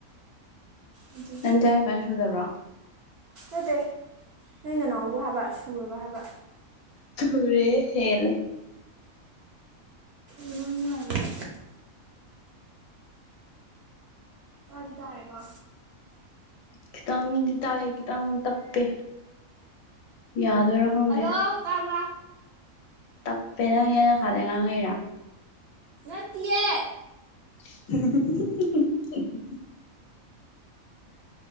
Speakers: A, on the right; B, on the left.
A: ꯑꯗꯨꯒꯤ
B: ꯅ ꯇꯌꯦꯝ ꯄꯟ ꯁꯗꯕ꯭ꯔꯥ
A: ꯑꯗꯨꯗꯦ ꯅꯣꯏꯅ ꯅꯅꯥꯎꯕ ꯍꯥꯕꯛꯑꯁꯨ ꯄꯨꯔꯕ ꯍꯥꯕ
B: ꯨꯔꯦ ꯍꯦꯂꯦ
A: ꯅꯪ ꯃꯥꯏꯅ ꯇ ꯑꯗꯨꯗꯔꯕ
B: ꯈꯤꯇꯪꯗꯤ ꯇꯥꯏꯑꯦ ꯈꯤꯇꯪ ꯇꯞꯄꯦ ꯌꯥꯗ ꯑꯣꯏꯔꯣꯡꯒꯦ
A: ꯍꯜꯂꯣ ꯇꯥꯕ꯭ꯔꯥ
B: ꯇꯞꯄꯦꯅꯪ ꯍꯦꯟꯅ ꯈꯥꯗ ꯉꯥꯡꯉꯩꯔꯥ
A: ꯉꯠꯇꯌꯥ
B: <unintelligible>